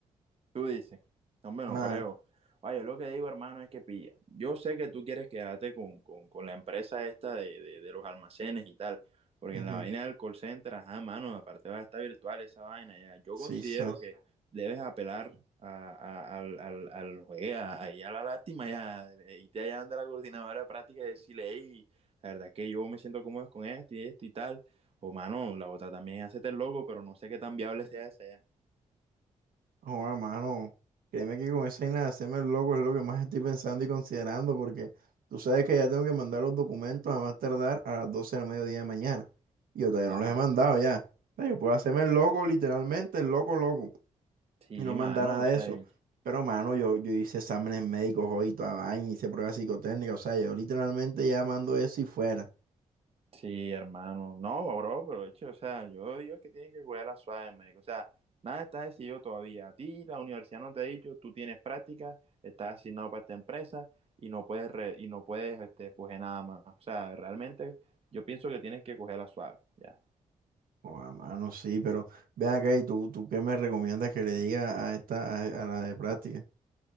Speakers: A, on the right (about 40°); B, on the right (about 70°).
A: Tú dices, "No, hombre, no
B: Nada,
A: me lo creo. Oye, yo lo que digo, hermano, es que pilla. Yo sé que tú quieres quedarte con, con, con la empresa esta de, de, de los almacenes y tal, porque
B: ujú,
A: en la vaina del call center, ajá, mano, aparte va a estar virtual esa vaina, ya. Yo
B: sí,
A: considero
B: sí,
A: que debes apelar a, a- al, al, al- oye, a- ahí a la lástima, ya, eh, irte allá donde la coordinadora de práctica y decirle, hey, la verdad es que yo me siento cómodo con esto y esto y tal. O, mano, la otra también, hacete el logo, pero no sé qué tan viable sea esa ya.
B: joda, mano, créeme que con esa vaina de hacerme el loco es lo que más estoy pensando y considerando, porque tú sabes que ya tengo que mandar los documentos a más tardar a las 12 del mediodía de mañana, y yo todavía
A: Ajá.
B: no los he mandado ya, O sea, yo puedo hacerme el loco, literalmente, el loco, loco.
A: Sí,
B: y no manda
A: mano,
B: nada
A: o
B: de
A: sea,
B: eso.
A: y-
B: Pero, mano, yo, yo hice exámenes médicos hoy, y toda vaina, hice pruebas psicotécnicas, o sea, yo literalmente ya mando eso y fuera.
A: sí, hermano. No, bro, pero de hecho, o sea, yo digo que tienes que cuidar la suave, médico. O sea, nada está decidido todavía. A ti la universidad no te ha dicho, tú tienes prácticas, estás asignado para esta empresa y no puedes re- y no puedes este, coger nada más. O sea, realmente yo pienso que tienes que coger la suave, ya.
B: Joda, mano, sí, pero ven acá y tú, tú qué me recomiendas que le diga a esta, a, a la de práctica.